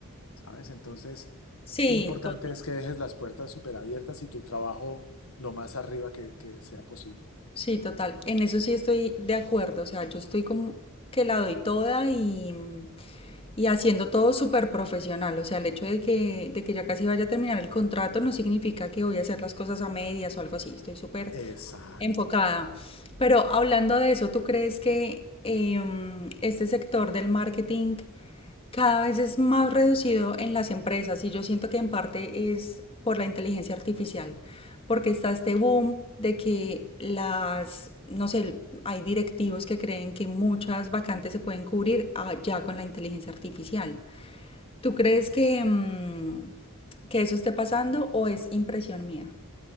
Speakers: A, on the left; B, on the left.
A: ¿sabes? Entonces,
B: Sí,
A: qué importante
B: total.
A: es que dejes las puertas súper abiertas y tu trabajo lo más arriba que, que sea posible.
B: Sí, total. En eso sí estoy de acuerdo. O sea, yo estoy como que la doy toda y, mm, y haciendo todo súper profesional. O sea, el hecho de que, de que ya casi vaya a terminar el contrato no significa que voy a hacer las cosas a medias o algo así. Estoy súper
A: Exacto.
B: enfocada. Pero hablando de eso, ¿tú crees que em, este sector del marketing cada vez es más reducido en las empresas y yo siento que en parte es por la inteligencia artificial, porque está este boom de que las, no sé, hay directivos que creen que muchas vacantes se pueden cubrir ah, ya con la inteligencia artificial. ¿Tú crees que, mm, que eso esté pasando o es impresión mía?